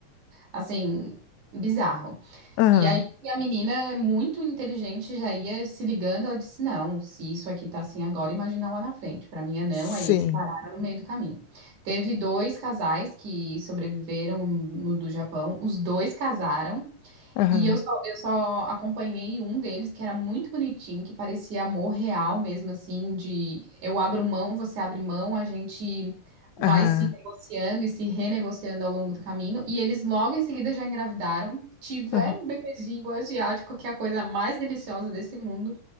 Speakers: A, on the right; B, on the left.
A: assim, bizarro.
B: aham,
A: E aí a menina, muito inteligente, já ia se ligando. Ela disse: Não, se isso aqui tá assim agora, imagina lá na frente. Para mim é não.
B: sim,
A: Aí eles pararam no meio do caminho. Teve dois casais que sobreviveram no do Japão. Os dois casaram.
B: aham,
A: E eu só, eu só acompanhei um deles que era muito bonitinho, que parecia amor real mesmo, assim, de eu abro mão, você abre mão, a gente vai
B: aham,
A: se negociando e se renegociando ao longo do caminho. E eles logo em seguida já engravidaram, tiveram
B: aham,
A: um bebezinho asiático, que é a coisa mais deliciosa desse mundo.